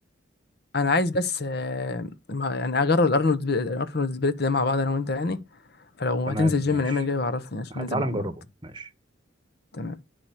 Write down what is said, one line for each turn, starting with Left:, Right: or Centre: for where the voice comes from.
Left: انا عايز بس آه، ما- يعني اجرب الارنولد الارنولد سبليت ده مع بعض انا وانت يعني فلو
Right: تمام
Left: هتنزل جيم
Right: ماشي
Left: الايام الجايه بعرفني عشان
Right: آه،
Left: ننزل
Right: تعال
Left: مع
Right: نجربه
Left: بعض
Right: ماشي
Left: تمام